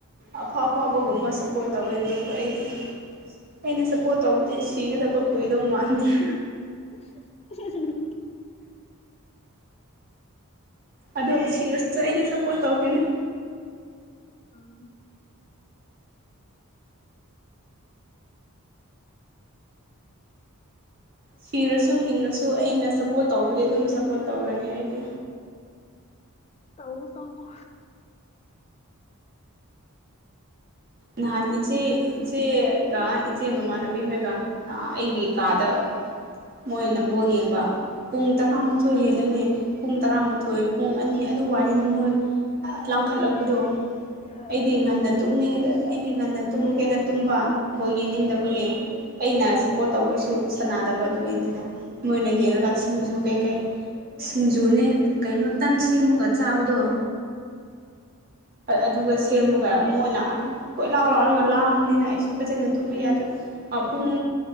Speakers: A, on the right (about 45°); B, on the left (about 30°).
A: ꯑꯐꯥꯎ ꯑꯐꯥꯎꯕꯒꯨꯝꯕ ꯁꯄꯣꯔꯠ ꯇꯧꯋꯦ ꯑꯗꯨꯕꯨ ꯑꯩꯗꯤ ꯑꯩꯅ ꯁꯞꯄꯣꯔꯠ ꯇꯧꯕꯗꯤ ꯁꯤꯒꯗꯕ ꯀꯨꯏꯗꯧ ꯃꯥꯟꯗ꯭ꯔꯦ
B: <inaudible>
A: ꯑꯗꯨꯗ ꯁꯤꯔꯁꯁꯨ ꯑꯩꯗꯤ ꯁꯞꯄꯣꯔꯠ ꯇꯧꯈꯤꯦꯅꯦ
B: ꯎꯝ
A: ꯁꯤꯔꯁꯨ ꯍꯤꯡꯉꯁꯨ ꯑꯩꯅ ꯁꯞꯄꯣꯔꯠ ꯇꯧꯕꯗꯤ ꯑꯗꯨꯝ ꯁꯞꯄꯣꯔꯠ ꯇꯧꯒꯅꯤ ꯑꯩꯗꯤ
B: ꯇꯧꯑꯣ ꯇꯧꯑꯣ
A: ꯅꯍꯥꯟ ꯏꯆꯦ ꯏꯆꯦꯒ ꯏꯆꯦ ꯃꯃꯥꯟꯅꯕꯤ ꯍꯣꯏꯒ ꯑꯩꯒꯤ ꯀꯥꯗ ꯃꯣꯏ ꯅꯝꯕꯣ ꯌꯦꯡꯕ ꯄꯨꯡ ꯇꯔꯥꯃꯥꯊꯣꯏ ꯍꯦꯜꯂꯅꯦ ꯄꯨꯡ ꯇꯔꯥꯃꯥꯊꯣꯏ ꯄꯨꯡ ꯑꯅꯤ ꯑꯗꯨ ꯋꯥꯅꯦ ꯃꯣꯏ ꯂꯥꯡꯈꯠꯂꯛꯄꯗꯣ
B: ꯑ
A: ꯑꯩꯗꯤ ꯉꯟꯅ ꯇꯨꯝꯅꯤꯡꯉꯤ ꯑꯩꯗꯤ ꯉꯟꯅ ꯇꯨꯝꯒꯦꯅ ꯇꯨꯝꯕ ꯕꯣ ꯌꯦꯡꯅꯤꯡꯗꯕꯒꯤ ꯑꯩꯅ ꯁꯞꯄꯣꯔꯠ ꯇꯧꯕꯁꯨ ꯁꯥꯟꯅꯗꯕ ꯑꯗꯨꯒꯤꯅꯤꯗ ꯃꯣꯏꯅ ꯌꯦꯡꯉꯒ ꯁꯤꯡꯖꯨ ꯀꯩ ꯀꯩ ꯁꯤꯡꯖꯨꯅꯦ ꯀꯩꯅꯣ ꯇꯟ ꯁꯦꯝꯃꯒ ꯆꯥꯕꯗꯣ ꯑꯗꯨꯒ ꯁꯦꯝꯃꯒ ꯃꯣꯏꯅ ꯑ ꯀꯣꯏ ꯂꯥꯎ ꯂꯥꯎꯔꯒ ꯂꯥꯡꯕꯅꯤꯅ ꯑꯩꯁꯨ ꯐꯖꯅ ꯇꯨꯝꯕ ꯌꯥꯗ꯭ꯔꯦ ꯄꯨꯡ